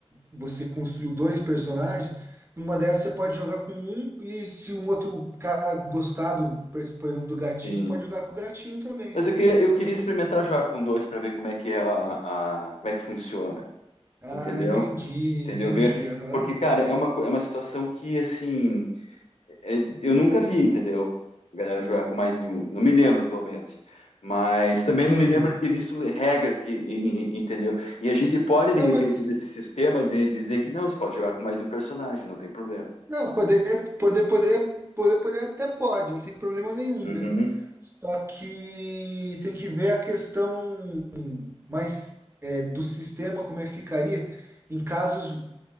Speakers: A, on the right; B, on the left.
A: você construiu dois personagens, numa dessas você pode jogar com um, e se um outro cara gostar do, por exemplo, do gatinho,
B: sim.
A: pode jogar com o gatinho também.
B: Mas eu queria, eu queria experimentar já com dois para ver como é que é a, a- como é que funciona.
A: Ah,
B: Entendeu?
A: entendi,
B: Entendeu?
A: entendi,
B: Ver.
A: aham.
B: Porque, cara, é uma, co- é uma situação que, assim. é, eu nunca vi, entendeu? A galera jogar com mais de um. Não me lembro, pelo menos. Mas também
A: Sim.
B: não me lembro de ter visto regra que, e- e- entendeu? E a gente pode,
A: Não,
B: de repente,
A: mas
B: nesse sistema, de dizer que não, você pode jogar com mais um personagem, não tem problema.
A: não, poder, poder, poder, poder, poder até pode, não tem problema nenhum,
B: Uhum.
A: né? Só que tem que ver a questão mais é, do sistema, como é que ficaria em casos.